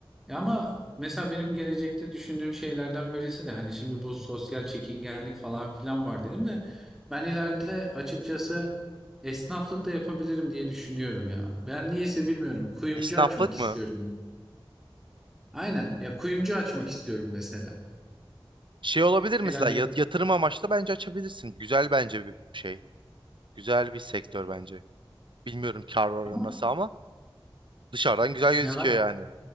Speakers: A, in the centre; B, on the right.
A: Ya ama mesela benim gelecekte düşündüğüm şeylerden birisi de hani şimdi bu sosyal çekingenlik falan filan var dedim de ben ileride açıkçası esnaflık da yapabilirim diye düşünüyorum ya. Ben niyeyse bilmiyorum. Kuyumcu
B: Esnaflık
A: açmak istiyorum.
B: mı?
A: Aynen ya kuyumcu açmak istiyorum mesela.
B: Şey olabilir mesela
A: Herhalde
B: yat- yatırım amaçlı bence açabilirsin. Güzel bence bir şey. Güzel bir sektör bence. Bilmiyorum kar oranı
A: ama
B: nasıl ama dışarıdan güzel gözüküyor
A: ya ben
B: yani.